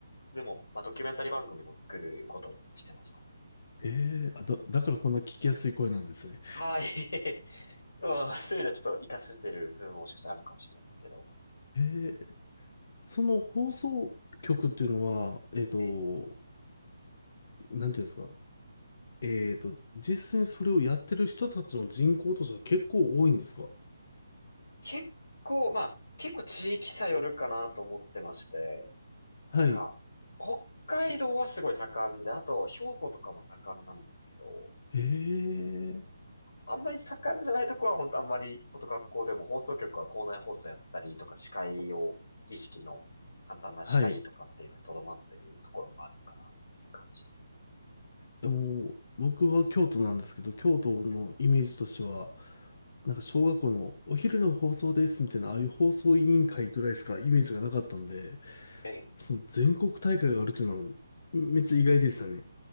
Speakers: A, on the left (about 85°); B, on the left (about 40°).
A: 部門、まあ、ドキュメンタリー番組も作ることもしてましたね。
B: ええあ、だ、だからこんな聞きやすい声なんですね。
A: はい。まあ、そういうのはちょっと活かせてる部分ももしかしたらあるかもしれないですけども。
B: ええその放送局っていうのは、えっと、
A: え、
B: なんていうんですかえっと、実際にそれをやってる人たちの人口としては結構多いんですか
A: 結構、まあ、結構地域差よるかなと思ってまして、
B: はい。
A: なんか、北海道はすごい盛んで、あと、兵庫とかも盛んなんですけど、
B: ええ
A: あんまり盛んじゃないところは本当あんまり、本当学校でも放送局は校内放送やったりとか、司会を、儀式の簡単な司会とかっていうのにとどまってるところもあるかなっていう感じです
B: はい。でも、僕は京都なんですけど、京都のイメージとしては、
A: ね。
B: なんか小学校のお昼の放送ですみたいな、ああいう放送委員会ぐらいしかイメージがなかったんで、
A: ええ
B: その全国大会があるっていうのはめっちゃ意外でしたね。